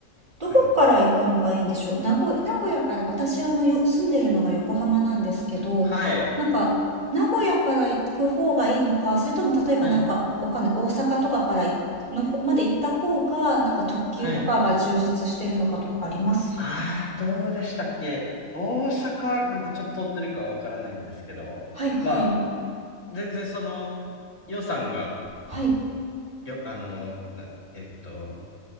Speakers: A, on the right (about 35°); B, on the left (about 65°).
A: どこから行くのがいいんでしょう。
B: はい。
A: 名古、名古屋から、私あのよ、住んでるのが横浜なんですけど、
B: はい。
A: なんか、名古屋から行く方がいいのか、それとも例えばなんか、
B: はい。
A: わかんない、大阪とかからいの方まで行った方が、なんか特急とかが充実してるのかとかあります
B: はい。ああ、どうでしたっけ大阪までちょっと通ってるかはわからないんですけど、
A: はいはい。
B: まあ、全然その予算が、
A: はい。
B: りょ、あの、な、えっと、